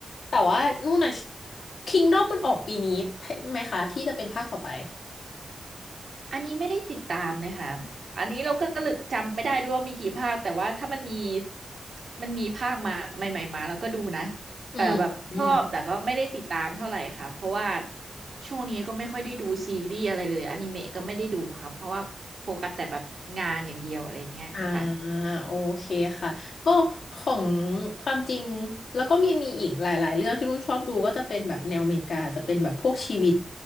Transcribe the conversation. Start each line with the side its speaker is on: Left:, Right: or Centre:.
Left: แต่ว่านู่นน่ะ Kingdom มันออกปีนี้ไหมคะที่จะเป็นภาคต่อไป
Right: อันนี้ไม่ได้ติดตามเลยค่ะ อันนี้เราก็ลึกจำไม่ได้ด้วยว่ามีกี่ภาค แต่ว่าถ้ามันมีมันมีภาคมาใหม่ๆมาแล้วก็ดูนะ
Left: อืมอืม
Right: แต่แบบชอบแต่ก็ไม่ได้ติดตามเท่าไหร่ค่ะเพราะว่าช่วงนี้ก็ไม่ค่อยได้ดูซีรีส์อะไรเลยอนิเมะก็ไม่ได้ดูค่ะเพราะว่าโฟกัสแต่แบบงานอย่างเดียวอะไรเงี้ยค่ะ
Left: อ่าโอเคค่ะก็ของความจริงแล้วก็มีมีอีกหลายๆเรื่องที่นุ่นชอบดูก็จะเป็นแบบแนวอเมริกาจะเป็นแบบพวกชีวิต